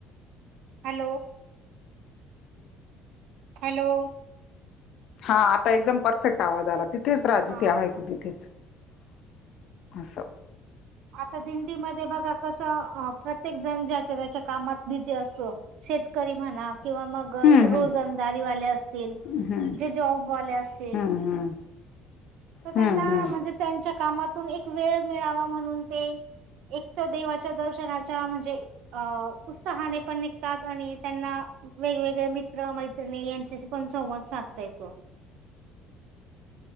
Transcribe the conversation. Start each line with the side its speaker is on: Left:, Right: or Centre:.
Right: हॅलो हॅलो
Left: हा आता एकदम परफेक्ट आवाज आला तिथेच राहा
Right: हा
Left: जिथे आहे तू तिथेच - अससं -
Right: आता दिंडीमध्येध्ये बघा- कस प्रत्येक जण ज्याच्या त्याच्या कामात बिझी असतो शेतकरी म्हणा किंवा मग
Left: हं,
Right: - रोजंदारी
Left: हं.
Right: वाले असतील
Left: हं,
Right: जे जॉबवाले असतील.
Left: हं, हं.
Right: तर
Left: हं,
Right: त्यांना
Left: हं.
Right: म्हणजे त्यांच्या कामातून एक वेळ मिळावा म्हणून ते - एक तर देवाच्या दर्शनाच्या म्हणजे - अ उत्सहाने पण निघतात आणि त्यांना वेगवेगळे मित्र मैत्रिणी यांच्याशी पण संवाद साधता येतो.